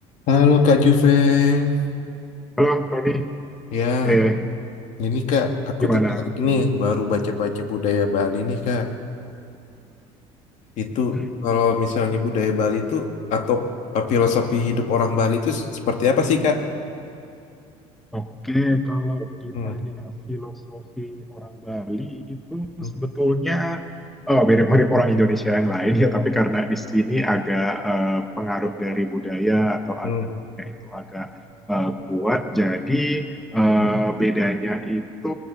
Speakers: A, on the left; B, in the centre.
A: Halo Kak Juven.
B: Halo, Tony.
A: Ya,
B: Eh,
A: ini Kak, aku
B: gimana?
A: tertarik
B: Hmm.
A: nih baru baca-baca budaya Bali nih Kak. Itu
B: Hmm,
A: kalau misalnya budaya Bali itu atau eh, filosofi hidup orang Bali itu seperti apa sih Kak?
B: Oke, kalau ditanya
A: Hmm,
B: filosofi orang Bali itu
A: hmm,
B: sebetulnya Oh, mirip-mirip orang Indonesia yang lain ya, tapi karena di sini agak eh, pengaruh dari budaya atau agamanya
A: hmm,
B: itu agak eh, kuat, jadi eh,
A: hmm,
B: bedanya itu